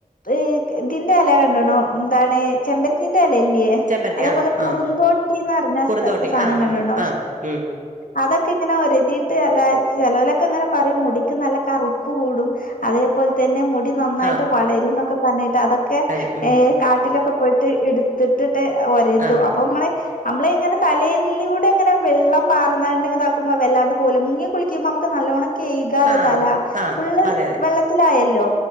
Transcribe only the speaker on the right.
ചെമ്പരത്തി
ആഹ്
ആഹ് കുറുന്തോട്ടി
ആഹ്
ഉണ്ട് ആഹ് ഉം
ആഹ്
വരും ഉം
ആഹ്
ആഹ്
ആഹ്
അതെ അതെ